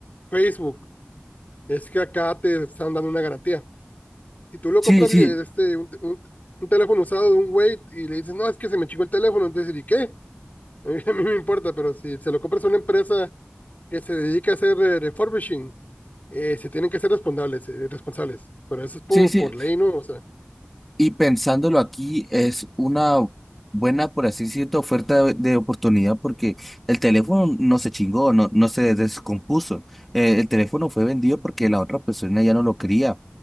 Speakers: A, on the left; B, in the centre.
A: Facebook es que acá te están dando una garantía. Si tú lo
B: Sí,
A: compras
B: sí,
A: li- este, un, te- un- un teléfono usado de un güey y le dices, no, es que se me chingó el teléfono, entonces, ¿y qué? <laughs> A mí, a mí me importa, pero si se lo compras a una empresa que se dedica a hacer eh, refurbishing, eh, se tienen que ser responsables, eh, responsables. Pero eso es por,
B: sí, sí,
A: por ley, ¿no? O sea,
B: Y pensándolo aquí, es una buena, por así decirlo, oferta de, de oportunidad porque el teléfono no se chingó, no, no se descompuso. Eh, el teléfono fue vendido porque la otra persona ya no lo quería.